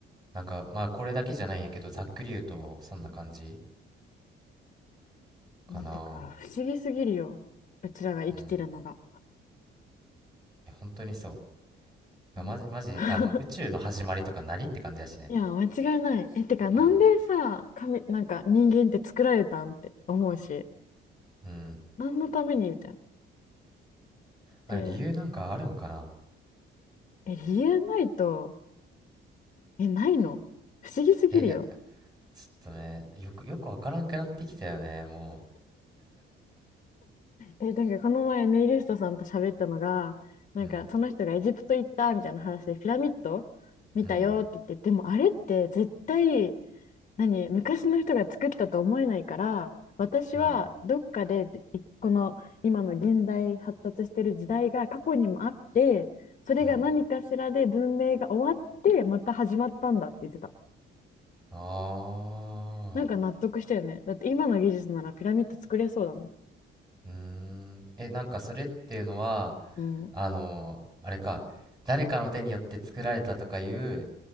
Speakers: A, on the right; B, on the left.
A: なんかまあこれだけじゃないんやけどざっくり言うとそんな感じかな
B: ね、てか、不思議すぎるよ。うちらが生きてるのが。
A: うんいや本当にそうまじマジマジあの宇宙の始まりとかなりって感じやしね
B: な <laughs> いや、間違いない。え、てか、なんでさ、
A: うん
B: 神、なんか人間って作られたんって思うし、
A: うん
B: 何のためにみたいな。
A: あ理由なんかあるんかな
B: で、え、理由ないと、え、ないの不思議すぎるよ。
A: えいやちょっとねよくよくわからんくなってきたよねも
B: え、なんかこの前ネイリストさんと喋ったのが、なんかその人がエジプト行ったみたいな話でピラミッド見たよって言って、
A: ううんうん
B: でもあれって絶対、何、昔の人が作ったと思えないから、私はどっかで、
A: うん
B: いこの今の現代発達してる時代が過去にもあって、それが何かしらで文明が終わってまた始まったんだって言ってた。
A: うんああー
B: なんか納得したよね。だって今の技術ならピラミッド作れそうだもん。
A: うーん。え、なんかそれっていうのは、
B: うん。
A: あのーあれか、誰かの手によって作られたとかいう、